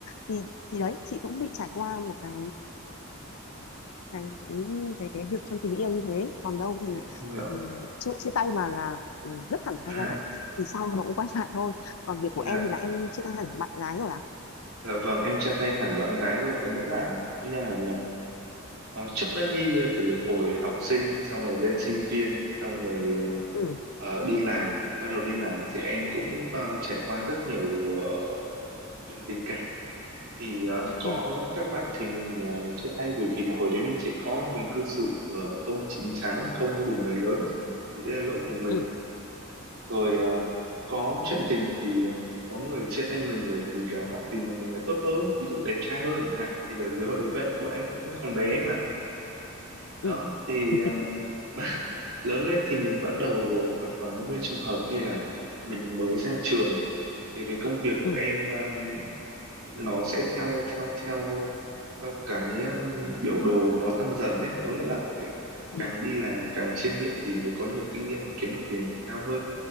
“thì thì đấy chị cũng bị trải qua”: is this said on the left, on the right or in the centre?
Left